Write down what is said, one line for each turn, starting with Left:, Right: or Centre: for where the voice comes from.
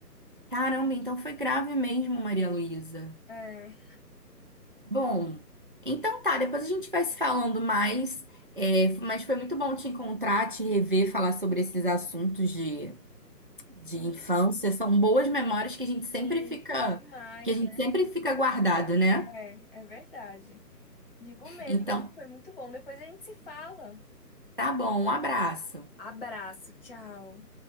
Right: Caramba, então foi grave mesmo, Maria Luísa.
Left: É.
Right: Bom, então tá, depois a gente vai se falando mais. É, mas foi muito bom te encontrar, te rever, falar sobre esses assuntos de de
Left: Sim,
Right: infância são boas memórias que a gente sempre
Left: sim,
Right: fica,
Left: demais.
Right: que a gente sempre fica guardado, né?
Left: É, é verdade. Digo mesmo,
Right: Então,
Left: viu? Foi muito bom. Depois a gente se fala.
Right: tá bom, um abraço.
Left: Abraço, tchau.